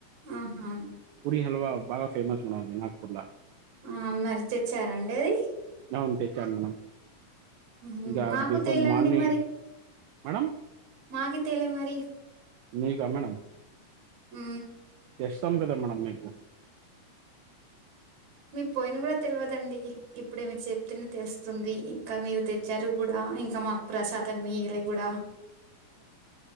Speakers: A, on the right (about 60°); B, on the right (about 85°).
A: ఆహా
B: పూరి హల్వా బగా ఫేమస్ మనది నాగపూర్లా
A: ఆ మరి చెచ్చారండి అది
B: అవున్ తెచ్చాను మనం
A: ఉహు
B: ఇక
A: మాకు
B: బిఫోర్
A: తేలండి
B: మార్నింగ్
A: మరి
B: మేడం
A: మాకి తేలే మరి
B: మీకా మేడం
A: ఊ
B: తెస్తాం కదా మెడం మీకు
A: మీ పోయిన కూడా తెలియదండి ఇప్పుడే మీరు చెప్తేనే తెలుస్తుంది. ఇంకా మీరు తెచ్చారు కూడా ఇంకా మాకు ప్రసాదం ఇయ్యలే కూడా